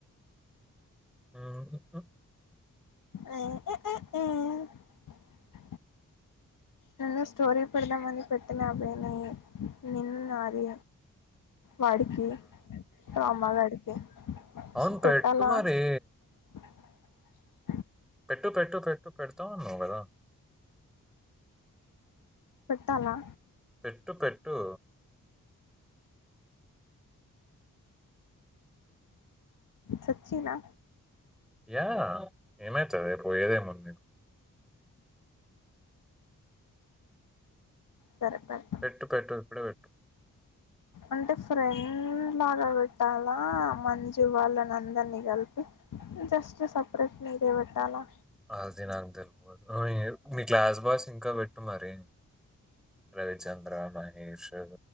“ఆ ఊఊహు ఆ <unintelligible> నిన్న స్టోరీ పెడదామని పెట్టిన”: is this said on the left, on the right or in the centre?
Left